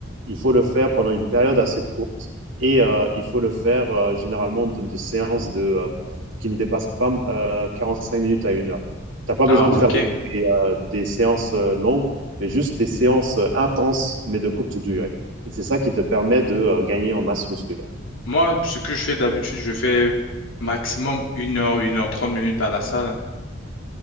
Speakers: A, on the right (about 80°); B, on the left (about 80°).
A: il faut le faire pendant une période assez courte et euh, il faut le faire euh, généralement de, de séances de, euh, qui ne dépassent pas 45 minutes à une heure. Tu n'as pas besoin
B: Ah, ok.
A: de faire des, des, euh, des séances euh, longues, mais juste des séances euh, intenses, mais de courte durée. Et c'est ça qui te permet de euh, gagner en masse musculaire.
B: Moi, ce que je fais d'habitude, je fais maximum une heure, une heure trente minutes à la salle.